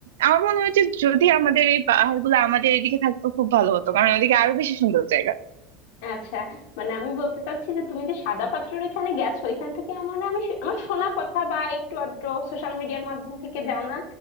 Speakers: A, on the right (about 85°); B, on the left (about 70°).
A: আমার মনে হয় যে যদি আমাদের এই পাহাড় গুলো আমাদের এদিকে থাকতো খুব ভালো হতো কারণ ওদিকে আরো বেশি সুন্দর জায়গা
B: আচ্ছা মানে আমি বলতে চাচ্ছি যে তুমি যে সাদা পাথরের ওইখানে গেছো ওইখান থেকে আমার মানে আমি শু- আমার শোনা কথা বা একটু আধটু সোশ্যাল মিডিয়ার মাধ্যম থেকে জানা